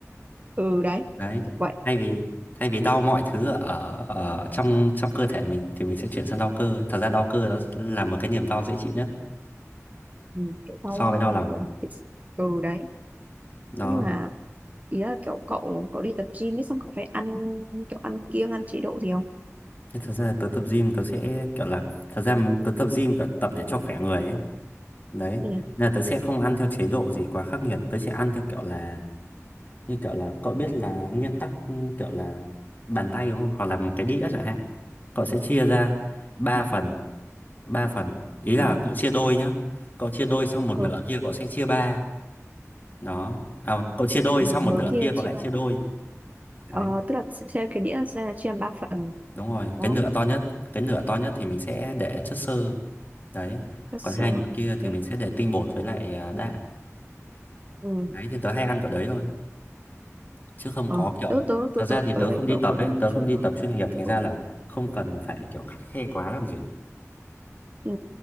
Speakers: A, on the right; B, on the left.
A: ừ đấy
B: đấy
A: kiểu vậy
B: thay vì thay vì đau mọi thứ ở, ở ở trong trong cơ thể mình thì mình sẽ chuyển sang đau cơ thật ra đau cơ đó là một cái niềm đau dễ chịu nhất
A: Ừ, kiểu sau
B: so với đau lòng
A: ờ, gọi là bị- ừ đấy
B: đó
A: nhưng mà ý là kiểu cậu cậu đi tập gym ấy xong cậu phải ăn kiểu ăn kiêng ăn chế độ gì không
B: Thế Thật ra là tớ tập gym tớ sẽ kiểu là Thật ra tớ tập gym kiểu tập để cho khỏe người ấy Đấy
A: Ừ.
B: Nên là tớ sẽ không ăn theo chế độ gì quá khắc nghiệt Tớ sẽ ăn theo kiểu là Như kiểu là cậu biết là nguyên tắc ừ, kiểu là Bàn tay đúng không? Hoặc là một cái đĩa chẳng hạn Cậu sẽ chia ra 3 phần 3 phần Ý là
A: ờ
B: cậu chia đôi nhá Cậu chia đôi xong một
A: ừ,
B: nửa kia cậu sẽ chia ba Đó À cậu chia đôi
A: một
B: xong
A: nửa
B: một nửa
A: kia
B: kia cậu
A: chia
B: lại
A: ba
B: chia đôi
A: ờ,
B: Đấy
A: tức là sẽ sẽ cái đĩa sẽ chia làm ba phần
B: Đúng rồi
A: đúng không
B: Cái nửa to nhất Cái nửa to nhất thì mình sẽ để chất xơ Đấy,
A: Just
B: còn hai
A: so,
B: nửa kia
A: ok
B: thì mình sẽ để tinh bột với lại à, đạm.
A: ừ
B: Đấy thì tớ hay ăn kiểu đấy thôi, chứ không
A: ờ
B: có kiểu
A: tớ tớ tớ
B: thật ra
A: tớ
B: thì tớ
A: tớ lại
B: không đi
A: kiểu
B: tập
A: cũng
B: ấy, tớ
A: chưa
B: không đi tập chuyên nghiệp thành ra
A: ừ.
B: là không cần phải kiểu khắt khe quá làm gì.
A: ừ.